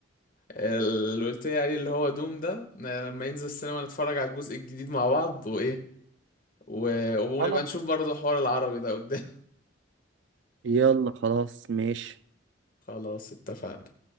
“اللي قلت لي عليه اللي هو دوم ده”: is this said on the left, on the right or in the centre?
Left